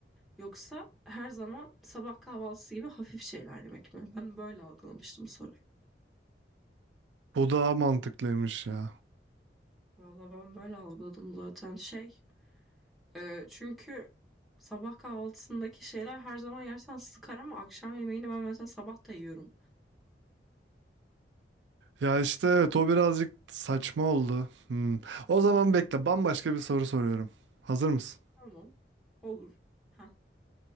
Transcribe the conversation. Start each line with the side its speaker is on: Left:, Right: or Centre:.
Centre: Yoksa her zaman sabah kahvaltısı gibi hafif şeyler yemek mi? Ben böyle algılamıştım soruyu.
Right: Bu daha mantıklıymış ya.
Centre: valla ben böyle algıladım zaten. Şey, Eee, çünkü sabah kahvaltısındaki şeyler her zaman yersen sıkar ama akşam yemeğini ben mesela sabah da yiyorum.
Right: Ya işte evet o birazcık saçma oldu. Hmm. O zaman bekle bambaşka bir soru soruyorum. Hazır mısın?
Centre: Tamam. Olur. Heh,